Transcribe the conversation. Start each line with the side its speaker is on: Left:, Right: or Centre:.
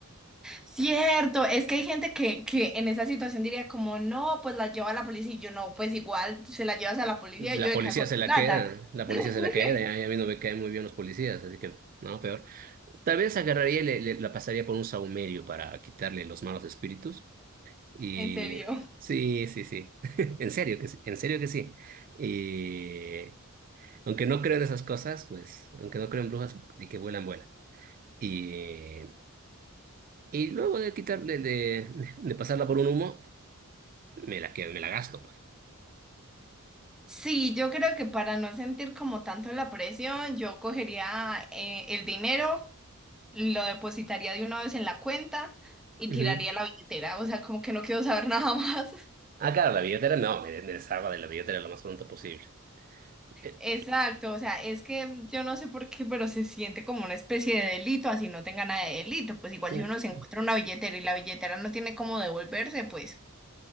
Centre: Cierto, es que hay gente que, que en esa situación diría como, no, pues la lleva a la policía y yo no, pues igual se la llevas a la policía
Right: La
Centre: y yo de
Right: policía
Centre: cago en
Right: se la
Centre: plata.
Right: queda, la policía
Centre: <laughs>
Right: se la queda, y a mí no me caen muy bien los policías, así que no, peor. Tal vez agarraría y le, le- la pasaría por un sahumerio para quitarle los malos espíritus. Y
Centre: En serio.
Right: sí, sí, sí, <laughs> en serio que sí, en serio que sí. Y aunque no creo en esas cosas, pues, aunque no creo en brujas, de que vuelan, vuelan. Y, y luego de quitarle, de, de pasarla por un humo, me la quedo, me la gasto, pues.
Centre: Sí, yo creo que para no sentir como tanto la presión, yo cogería eh, el dinero, lo depositaría de una vez en la cuenta y
Right: Ujú.
Centre: tiraría la billetera. O sea, como que no quiero saber <laughs> nada más.
Right: Ah, claro, la billetera no, me, me deshago de la billetera lo más pronto posible. Eh,
Centre: Exacto, o sea, es que yo no sé por qué, pero se siente como una especie de delito, así no tenga nada de delito. Pues igual
Right: Mm,
Centre: si uno se encuentra una billetera y la billetera no tiene cómo devolverse, pues